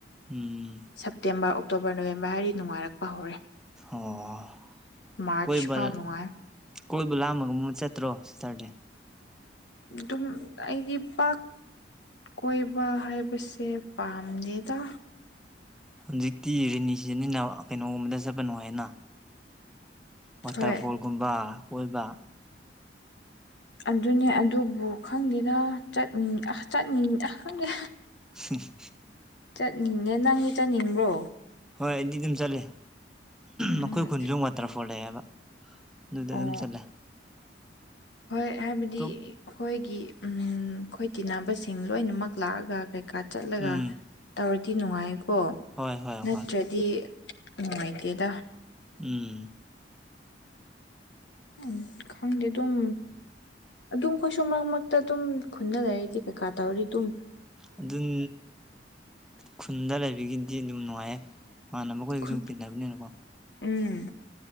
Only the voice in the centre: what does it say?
ꯎꯝ꯫
ꯑꯣ
ꯀꯣꯏꯕ
__
ꯀꯣꯏꯕ ꯂꯥꯝꯃꯒꯨꯝ ꯆꯠꯇ꯭ꯔꯣ ꯁꯦꯇꯔꯗꯦ꯫
ꯍꯨꯖꯤꯛꯇꯤ ꯔ‌ꯦꯅꯤ ꯁꯤꯖꯟꯅꯤꯅꯥ ꯀꯩꯅꯣꯝꯗ ꯆꯠꯄ ꯅꯨꯡꯉꯥꯏꯅꯥ꯫ ꯋꯥꯇꯔꯐꯣꯜꯒꯨꯝꯕ
ꯀꯣꯏꯕ
<unintelligible>
ꯍꯣꯏ ꯑꯩꯗꯤ ꯗꯨꯝ ꯆꯠꯂꯦ
ꯃꯈꯣꯏ ꯈꯨꯟꯖꯨ ꯋꯥꯇꯔꯐꯣꯜ ꯂꯩꯑꯦꯕ꯫ ꯗꯨꯗ ꯑꯗꯨꯝ
ꯆꯠꯂꯦ꯫
ꯑꯇꯣꯞ
ꯎꯝ
ꯍꯣꯏ ꯍꯣꯏ
ꯍꯣꯏ
ꯎꯝ꯫
ꯑꯗꯨꯟ ꯈꯨꯟꯗ ꯂꯩꯕꯒꯤꯗꯤ ꯑꯗꯨꯝ ꯅꯨꯡꯉꯥꯏꯌꯦ ꯏꯃꯥꯥꯟꯅꯕ ꯑꯈꯣꯏꯖꯨ
ꯇꯤꯟ ꯅꯕꯅꯦꯅꯀꯣ꯫